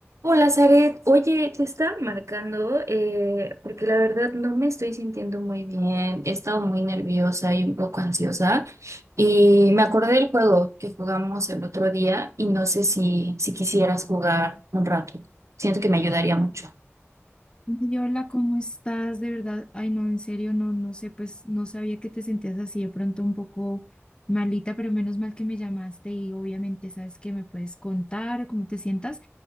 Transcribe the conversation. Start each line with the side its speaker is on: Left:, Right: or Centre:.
Right: Hola, Zaret. Oye, te estaba marcando eh, porque la verdad no me estoy sintiendo muy bien. He estado muy nerviosa y un poco ansiosa. Y me acordé del juego que jugamos el otro día y no sé si, si quisieras jugar un rato. Siento que me ayudaría mucho.
Left: Ay, hola, ¿cómo estás? De verdad, ay, no, en serio, no, no sé, pues no sabía que te sentías así de pronto un poco malita, pero menos mal que me llamaste y obviamente sabes que me puedes contar o cómo te sientas.